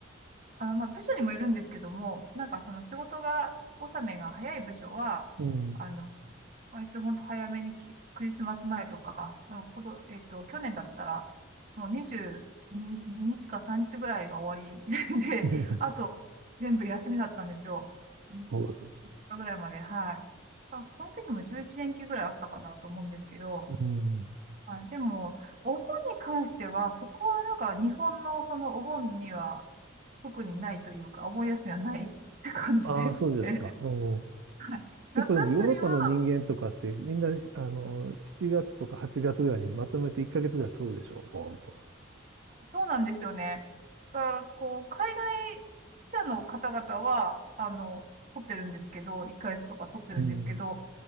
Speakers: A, on the right; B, on the right.
A: あの、まあ、部署にもよるんですけども、なんかその仕事が、納めが早い部署は、
B: うん、
A: あの、割と本当早めにきクリスマス前とか、あの、こと、えっと、去年だったら、もう22日か3日ぐらいが終わり <laughs> で、
B: <laughs>
A: あと、全部休みだったんですよ。3
B: そ
A: 日ぐらいまで、はい。だからその時も11連休ぐらいあったかなと思うんですけど、
B: う、うん、
A: はい、でも、お盆に関しては、そこはなんか日本のそのお盆には特にないというか、お盆休みはない <laughs> 感じで、
B: ああ、そうですか。
A: <laughs> は
B: うん
A: い、夏休みは
B: 結構でもヨーロッパの人間とかってみんな、あの、7月とか8月ぐらいにまとめて1ヶ月ぐらい取るでしょ、ボーンと。
A: そうなんですよね。だからこう、海外支社の方々は、あの、取ってるんですけど、1ヶ月とか取ってるんですけど、
B: うん。